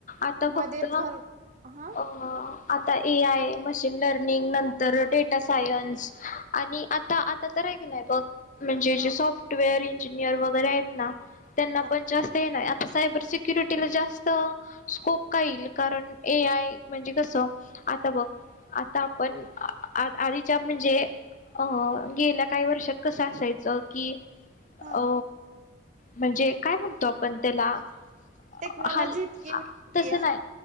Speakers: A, on the left; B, on the right.
A: आता फक्त
B: मध्ये, फर हा?
A: अ आता ए आय मशीन लर लर्निग
B: हो
A: नंतर डे डेटा सायन्स आणि आता आता तर आहे कणी बघ म्हणजे
B: हा
A: जे सॉफ्टवेअर इंजिनियर वगैरे आहेत ना. त्यांना
B: हा
A: पण जास्त ये नाही सायबर सिक्युरिटीला जास्त स्कोप का येईल, कारण ए आय म्हणजे कसं आता बघ आता आपण आ आधीच्या म्हणजे, अं गेल्या काही वर्षात कसं असायचं की
B: हा
A: अ म्हणजे काय म्हणतो आपण? तेला <unintelligible>
B: टेक्नॉलॉजी
A: ह
B: इतकी नव्हती
A: तस नाय